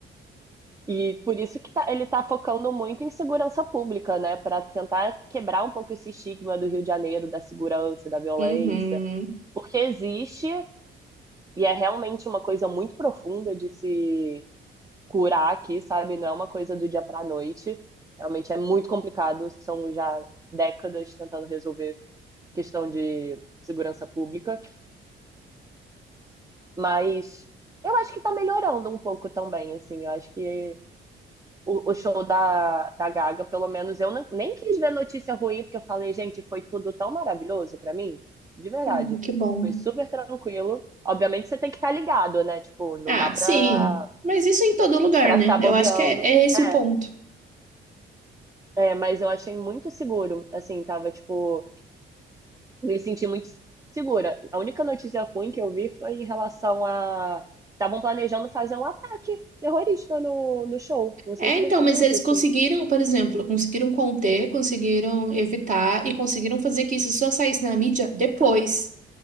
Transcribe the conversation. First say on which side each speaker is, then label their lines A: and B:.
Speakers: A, on the right; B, on the right.
A: E por isso que tá- ele está focando muito em segurança pública, né? Para tentar quebrar um pouco esse estigma do Rio de Janeiro, da segurança, da violência.
B: Uhum.
A: Porque existe, e é realmente uma coisa muito profunda de se curar aqui, sabe? Não é uma coisa do dia para a noite. Realmente é muito complicado. São já décadas tentando resolver questão de segurança pública. Mas eu acho que está melhorando um pouco também, assim. Eu acho que o, o show da, da Gaga, pelo menos eu não- nem quis ver notícia ruim, porque eu falei, gente, foi tudo tão maravilhoso pra mim, de verdade.
B: Hum, que bom.
A: Foi super tranquilo. Obviamente você tem que estar ligado, né? Tipo, não
B: Ah,
A: dá pra,
B: sim. Mas isso em todo lugar,
A: pra
B: né?
A: ficar
B: Eu
A: bobeando.
B: acho que é, é esse
A: É,
B: o ponto.
A: é, mas eu achei muito seguro, assim, tava, tipo, me senti muito segura. A única notícia ruim que eu vi foi em relação a. Estavam planejando fazer um ataque terrorista no, no show. Não sei
B: É,
A: se
B: então,
A: você
B: mas
A: viu
B: eles
A: isso.
B: conseguiram, por exemplo, conseguiram conter, conseguiram evitar e conseguiram fazer que isso só saísse na mídia depois.